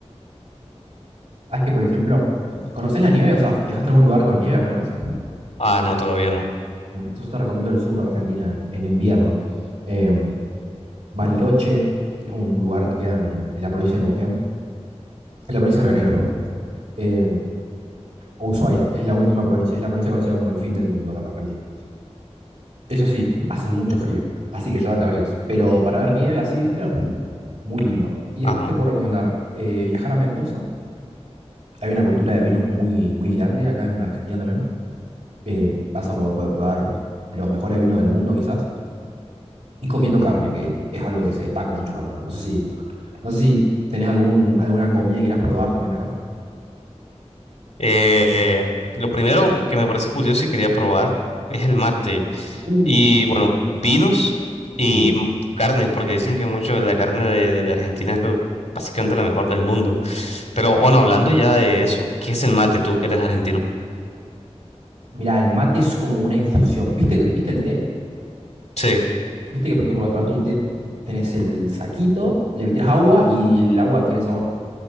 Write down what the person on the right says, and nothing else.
Sabes que, por ejemplo, ¿conoces la nieve? O sea, ¿viajaste a algún lugar con nieve alguna vez?
Mm, Entonces te recomiendo el sur de Argentina en, en invierno. Eh, Bariloche es un lugar que queda en, en la provincia de Neuquén, en la provincia de Río Negro, perdón. Eh, Ushuaia es la última provincia, es la provincia conocida como el fin del mundo acá en la Argentina. Eso sí, hace mucho frío, así que llévate abrigos. Pero para ver nieve así, ¿viste? Muy lindo. Y después
te puedo recomendar eh, viajar a Mendoza Hay una cultura de vinos muy, muy grande acá en Argentina también. Eh, vas a po- poder probar los mejores vinos del mundo quizás. Y comiendo carne, que es algo que se destaca mucho acá también. No sé si, no sé si tenés algún, alguna comida que quieras probar también de acá.
Uh,
Sí,
sí.
Mira, el mate es como una infusión. ¿Viste, viste el té?
¿Viste que, por ejemplo, para tomarte un té tenés el saquito, le metés agua y el agua tiene sabor?